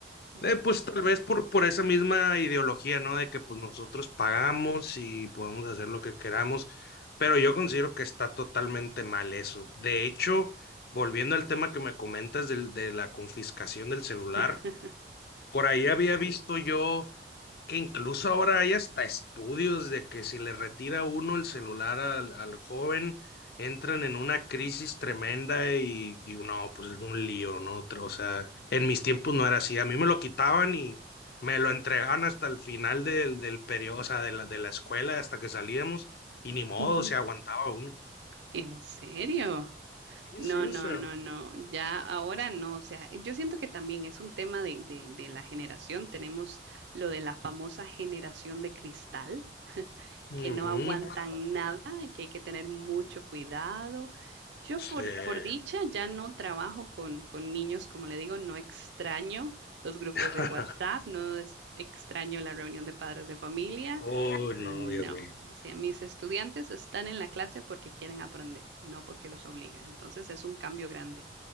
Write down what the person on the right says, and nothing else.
ujú,
ujú.
<laughs>
Ujú.
¿En serio?
No,
no,
no, no. Ya ahora no. O sea, yo siento que también es un tema de, de, de la generación. Tenemos lo de la famosa generación de cristal,
que no aguantan nada, que hay que tener mucho cuidado. Yo
por, por dicha ya no trabajo con, con niños, como le digo, no extraño los grupos
de WhatsApp, no es- extraño la reunión de padres de familia
No,
si mis estudiantes están en la clase porque quieren aprender, no porque los obliga. Entonces es un cambio grande.